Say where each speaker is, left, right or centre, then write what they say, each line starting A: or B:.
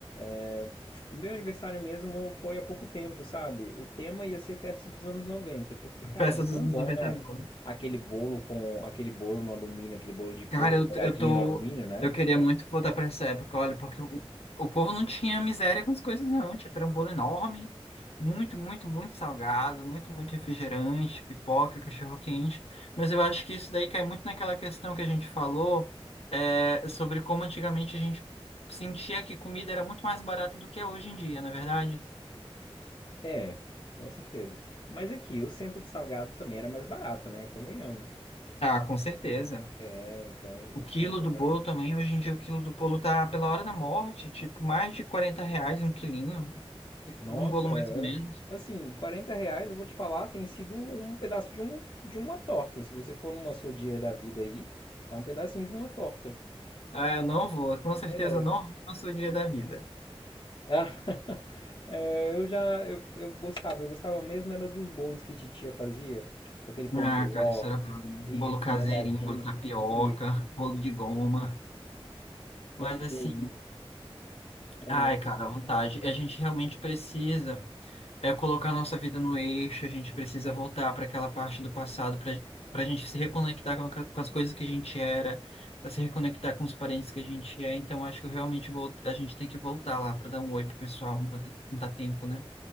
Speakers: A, on the left; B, on the left.
A: É, O Meu aniversário mesmo foi há pouco tempo, sabe? O tema ia ser festa dos anos 90 porque, cara,
B: Peça
A: era
B: dos
A: tão
B: anos
A: bom,
B: 90
A: né?
B: é boa.
A: Aquele bolo com aquele bolo no alumínio, aquele bolo de coco,
B: Cara, eu,
A: molhadinho
B: eu tô.
A: no alumínio, né?
B: Eu queria muito voltar pra essa época, olha, porque o, o povo não tinha miséria com as coisas, não. Tipo, era um bolo enorme, muito, muito, muito salgado, muito, muito refrigerante, pipoca, cachorro-quente. Mas eu acho que isso daí cai muito naquela questão que a gente falou, é, sobre como antigamente a gente sentia que comida era muito mais barata do que é hoje em dia, na é verdade?
A: É, com certeza. Mas aqui, o centro de salgado também era mais barato, né? Convenhamos.
B: Ah, com certeza.
A: É, então
B: O
A: o
B: quilo
A: centro de
B: do
A: salgado.
B: bolo também, hoje em dia o quilo do bolo tá pela hora da morte, tipo, mais de 40 reais um quilinho. de
A: Nossa,
B: um bolo mais
A: é-
B: ou menos.
A: assim, 40 reais, eu vou te falar, tem sido um pedaço de, um, de uma torta. Se você for numa sodier da vida aí, é um pedacinho de uma torta.
B: Ah, eu não vou, com certeza
A: É.
B: eu não vou na sua dia da vida.
A: Ah, <laughs> é, eu já, eu, eu gostava, eu gostava mesmo era dos bolos que titia fazia, com aquele pão
B: Ah,
A: de ló,
B: cara, isso era bolo
A: isso,
B: caseirinho,
A: molhadinho,
B: bolo de tapioca,
A: isso.
B: bolo de goma. Mas
A: É mesmo,
B: assim,
A: é
B: ai,
A: mesmo.
B: cara, à vontade. A gente realmente precisa é colocar nossa vida no eixo, a gente precisa voltar para aquela parte do passado para para a gente se reconectar com, a- com as coisas que a gente era, para se reconectar com os parentes que a gente é. Então, acho que eu realmente vou, a gente tem que voltar lá para dar um oi pro pessoal enquanto dá tempo, né?